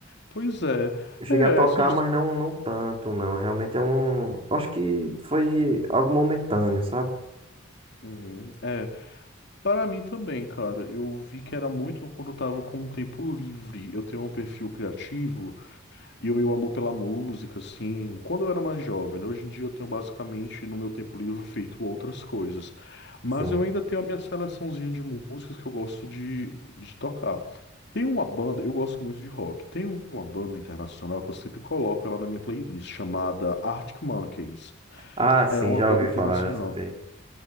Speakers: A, on the left (about 55°); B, on the right (about 30°).
A: Pois é.
B: Eu cheguei
A: É,
B: a tocar,
A: são
B: mas não, não tanto, não. Realmente é um. Acho que foi algo momentâneo, sabe?
A: Uhum. É, para mim também, cara, eu vi que era muito quando eu tava com um tempo livre. Eu tenho um perfil criativo e o meu amor pela música, assim, quando eu era mais jovem, né? Hoje em dia eu tenho basicamente no meu tempo livre feito outras coisas. Mas
B: Sim.
A: eu ainda tenho a minha seleçãozinha de músicas que eu gosto de, de tocar. Tem uma banda, eu gosto muito de rock. Tem uma banda internacional que eu sempre coloco ela na minha playlist, chamada Arctic Monkeys.
B: Ah, sim,
A: Era uma
B: já
A: banda
B: ouvi
A: internacional.
B: falar, já escutei.